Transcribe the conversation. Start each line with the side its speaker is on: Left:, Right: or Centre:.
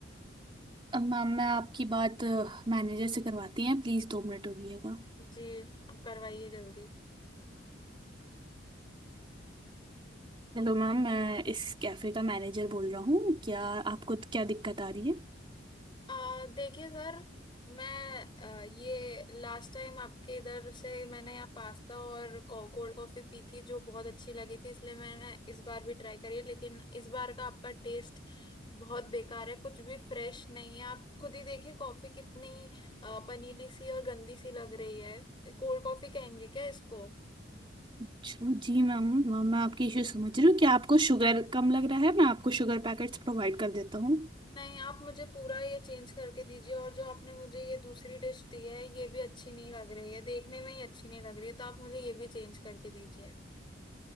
Right: अब मैम मैं आपकी बात मैनेजर से करवाती हैं प्लीज़ दो मिनट रुकिएगा
Left: जी आप करवाइए जल्दी
Right: हेलो मैम मैं इस कैफ़े का मैनेजर बोल रहा हूँ क्या आपको क्या दिक्कत आ रही है
Left: आ, देखिए सर मैं आ, ये लास्ट टाइम आपके इधर से मैंने यहाँ पास्ता और कोल्ड कॉफी पी थी जो बहुत अच्छी लगी थी इसलिए मैंने इस बार भी ट्राई करी है लेकिन इस बार का आपका टेस्ट बहुत बेकार है कुछ भी फ्रेश नहीं है आप खुद ही देखिए कॉफी कितनी आ, पनीली सी और गंदी सी लग रही है कोल्ड कॉफी कहेंगे क्या इसको
Right: अच्छा, जी मैम मैम मैं आपकी इशू समझ रही हूँ क्या आपको शुगर कम लग रहा है मैं आपको शुगर पैकेट्स प्रोवाइड कर देता हूँ
Left: नहीं आप मुझे पूरा ये चेंज करके दीजिए और जो आपने मुझे ये दूसरी डिश दी है ये भी अच्छी नहीं लग रही है देखने में ही अच्छी नहीं लग रही है तो आप मुझे ये भी चेंज करके दीजिए